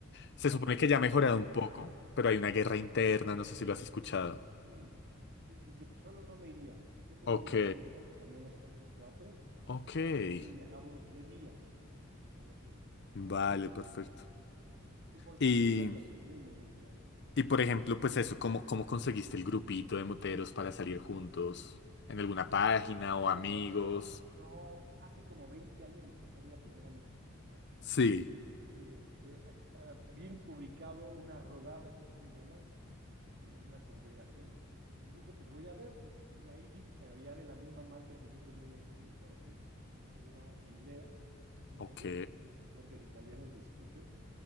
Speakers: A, on the left; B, on the right.
A: Se
B: Solo
A: supone
B: sí,
A: que ya ha mejorado
B: obviamente,
A: un poco, pero hay una guerra interna,
B: sí, pero s-
A: no sé si lo has escuchado.
B: sí, sí, sí, sí, solo no me iría. Siempre
A: Ok,
B: vamos en grupo, por lo menos tres o cuatro,
A: ok.
B: y siempre viajamos de día, de noche no lo hacemos.
A: Vale,
B: Por seguridad
A: perfecto.
B: justamente, y por visibilidad
A: Y,
B: también, ¿eh? en un momento dado.
A: y por ejemplo, pues eso, ¿cómo, cómo conseguiste el grupito de moteros para salir juntos? ¿En alguna página
B: Fíjate que hace
A: o amigos?
B: como, no, hace como 20 años me compré la primera motocicleta
A: Sí.
B: Y este, hay- ah, vi publicado una rodada, que así le llaman, este, una congregación, y dije, pues voy a ver. Y ahí vi que había de la misma marca que yo tenía en aquel entonces, que era Gilea y Piaggio,
A: Ok.
B: que son unas marcas italianas de scooters,